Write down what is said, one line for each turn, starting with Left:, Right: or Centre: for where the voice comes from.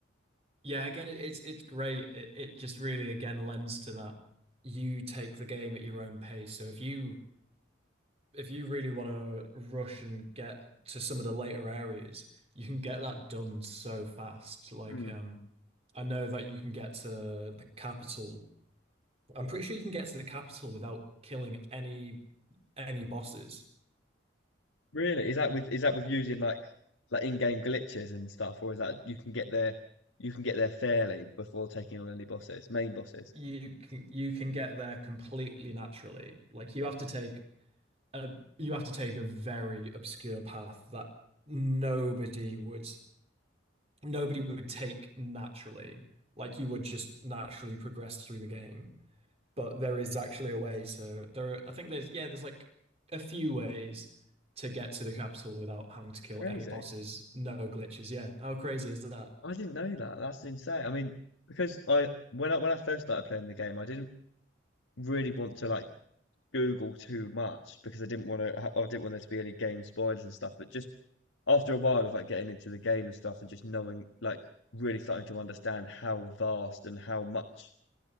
Right: yeah, again it, it's it's great. It, it just really again lends to that you take the game at your own pace. So if you if you really want to rush and get to some of the later areas, you can get that done so fast. Like,
Left: Hmm.
Right: um, I know that you can get to the capital. I'm pretty sure you can get to the capital without killing any any bosses.
Left: Really? Is that with is that with using like like in-game glitches and stuff, or is that you can get there you can get there fairly before taking on any bosses, main bosses?
Right: You can you can get there completely naturally. Like you have to take a you have to take a very obscure path that nobody would nobody would take naturally. Like you would just naturally progress through the game. but there is actually a way to there are, I think there's yeah there's like a few ways to get to the capital without having to kill
Left: It's crazy.
Right: any bosses no glitches yeah how crazy is that
Left: I didn't know that. That's insane. I mean, because I when I when I first started playing the game, I didn't really want to like Google too much because I didn't want to. I didn't want there to be any game spoilers and stuff. But just after a while of like getting into the game and stuff, and just knowing, like, really starting to understand how vast and how much,